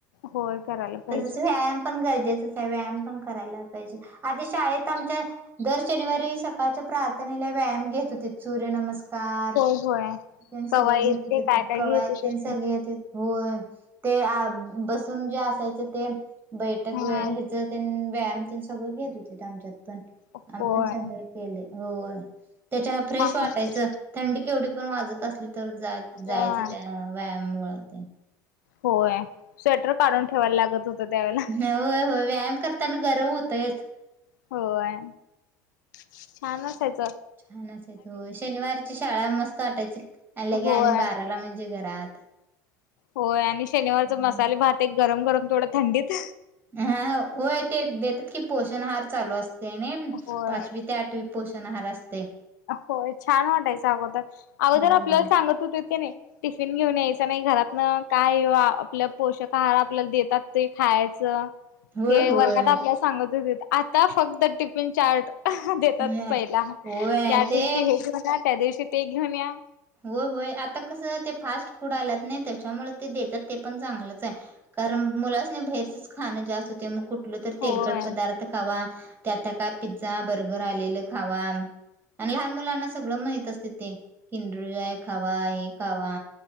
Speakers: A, on the left; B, on the right.
A: होय करायला पाहिजे
B: तसच व्यायाम पण गरजेच व्यामण करा आेत आ शनिवारी सकाळच्या प्रार्थनेला व्यायाम घेत होती सूर्य नमस्कार कार
A: होय होय
B: त्यां सगळं
A: कवायत
B: घेत
A: ते काय काय
B: कवायत
A: घेत होतीस
B: त्यां सगळे
A: ते
B: येत होय ते बसून जे असायचं ते बैठक
A: हा
B: व हच व्यायाम त्यां सगळं घेत होते आमच्यात पण
A: होय
B: आम्ही पण सगळ केले हो त्याच्यान फ्रेश
A: छान
B: वाटायचं
A: असायची.
B: थंडी केवढी पण वाजत असली तर जायचं
A: होय
B: त्या व्यायाममुळेते
A: होय स्वेटर काढून ठेवायला लागत होत त्यावेळेला
B: हा होय होय व्यायाम करताना गरम होतयच
A: होय छान असायच
B: छान असय हो शनिवारची शाळा मस्त वाटायची आण ल के
A: होय
B: आणि बाराला म्हणजे घरात
A: होय आणि शनिवारच
B: हम्म
A: मसाले भात एक गरम गरम थोडं थंडीत
B: हा होय ते देतात की पोषणहार चालू असते ना
A: होय.
B: पाचवी ते आठवी पोषण आहार असते
A: होय छान वाटायचं अगोदर अगोदर
B: होय
A: आपल्याला
B: होय
A: सांगत होते की नाही टिफिन घेऊन यायचं नाही घरात ना काय आपल्या पोषक आहार आपल्याला देतात ते खायचं
B: होय
A: हे
B: होय
A: वर्गात आपल्याला सांगत होते आता फक्त टिफिन चार्ट देतात
B: नाय
A: पहिला
B: होय
A: या
B: ते
A: दिवशी हे घेऊन या त्या दिवशी ते घेऊन या
B: हो होय आता कसं ते फास्ट फूड आल्यात नाही त्याच्यामुळे ते देतात ते पण चांगलंच आहे कारण मुलाच नाही बाहेरच खाणं जास्त होते मग कुठ कलं तर तेलकट
A: होय.
B: पदार्थ खावा त्यात काय पिझ्झा बर्गर आलेलं खावा आणि लहान मुलांना सगळं माहित असते ते किंदरुजाय खावा हे खावा